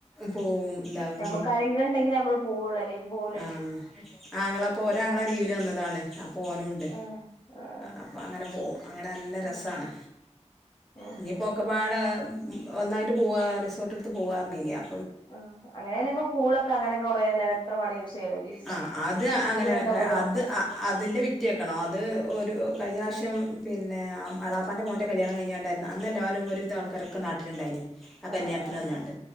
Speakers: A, in the centre; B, on the left (about 40°).
A: പോവും ഇതാവും
B: ഞമ്മക്ക് ആരെങ്കിലു ണ്ടെങ്കിലെ ഞമ്മള് പോവൊള്ളൂ അല്ലെ പോ
A: ആഹ് ആങ്ങള പ്പൊ ഒരാങ്ങള ലീവിന്
B: ഉം
A: വന്നതാണ് അ പ്പൊനുണ്ട്
B: ആഹ് ആഹ് ആഹ്
A: അപ്പ അങ്ങനെ പോവും അങ്ങനെ നല്ല രസാണ്.
B: ആഹ് ഉം
A: ഇഞ്ഞിപ്പോ
B: ഉം
A: ഒക്കെപ്പാടെ ഒന്നായിട്ട് പോവ റിസോട്ട്ട്ത്ത് പോവാർഞ്ഞിനി അ
B: ആഹ് അങ്ങനെയാണേ മ്മക്ക് പൂളൊക്കെ അങ്ങനെക്കെ കൊറേനേരം എത്ര വാണേ യൂസ് ചെയ്യാലോ ഒരീസം
A: ആഹ അത് അങ്ങനെ
B: ഫുള്ള്ണ്ടാവല്ലോ
A: <unintelligible> അഹ അതിന്റെ വിറ്റ് കേക്കണോ അത് ഒരു കഴിഞ്ഞ <unintelligible> പിന്നെ അമ് എളാ പ്പാന്റെ മോന്റെ കല്യാണം കഴിഞ്ഞാണ്ട് അന്ന് എല്ലാരും ഒരു വിധം ആൾക്കാരക്കെ നാട്ടിലുണ്ടായ്നി ആ
B: ആഹ്
A: കല്യാണത്തിന്
B: ആഹ്
A: വന്നാണ്ട്